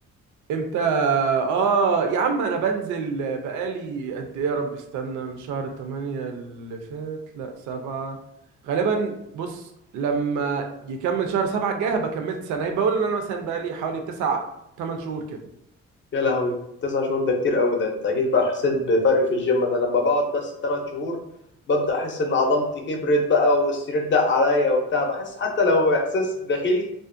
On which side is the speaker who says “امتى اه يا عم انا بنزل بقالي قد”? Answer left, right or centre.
Right